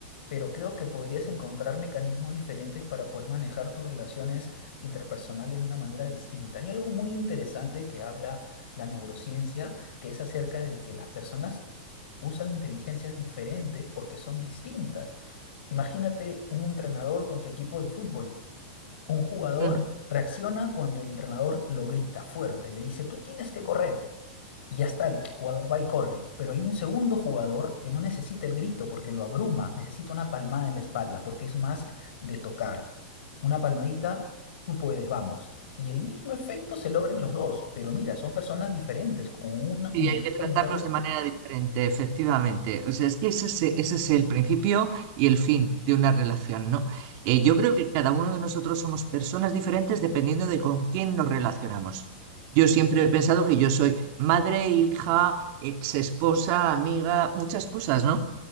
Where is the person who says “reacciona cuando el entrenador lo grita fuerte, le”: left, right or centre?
Left